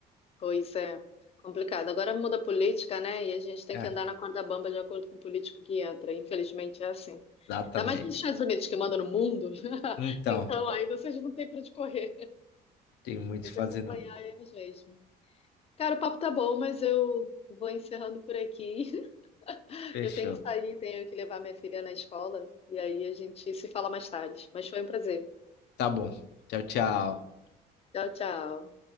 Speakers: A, on the left (about 35°); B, on the left (about 80°).
A: Pois é. Complicado. Agora muda a política, né? E a gente tem
B: É,
A: que andar na corda bamba de acordo com o político que entra. Infelizmente é assim.
B: exatamente.
A: Ainda mais nos Estados Unidos que manda no mundo. <laughs>
B: Então,
A: Então aí vocês não têm para onde correr.
B: tem muito
A: Tem
B: o que
A: que
B: fazer
A: acompanhar
B: não.
A: eles mesmo. Cara, o papo tá bom, mas eu vou encerrando por aqui.
B: Fechou.
A: Eu tenho que sair, tenho que levar minha filha na escola. E aí a gente se fala mais tarde. Mas foi um prazer.
B: Tá bom. Tchau, tchau.
A: Tchau, tchau.